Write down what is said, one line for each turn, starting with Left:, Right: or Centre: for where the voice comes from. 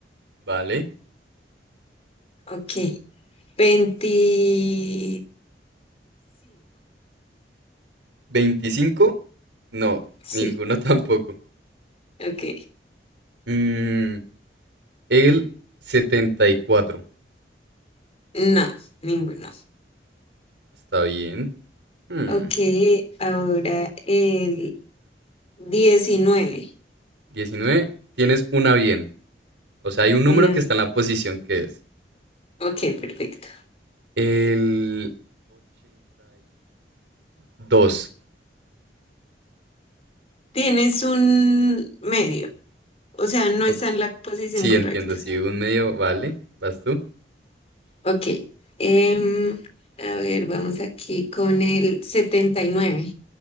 Right: ¿vale?
Left: Ok. 25.
Right: 25, no,
Left: Sí.
Right: ninguno <laughs> tampoco.
Left: Ok.
Right: Mm, el 74,
Left: No, ninguno.
Right: está bien. Hmm,
Left: Ok, ahora el 19.
Right: 19, tienes una bien. O sea, hay un número
Left: Una
Right: que
Left: vez.
Right: está en la posición que es.
Left: Ok, perfecto.
Right: El 82.
Left: Tienes un medio. O sea, no
Right: O-
Left: está en la posición
Right: Sí,
Left: correcta.
Right: entiendo, sí, un medio, vale. ¿Vas tú?
Left: Ok. em, a ver, vamos aquí con el 79.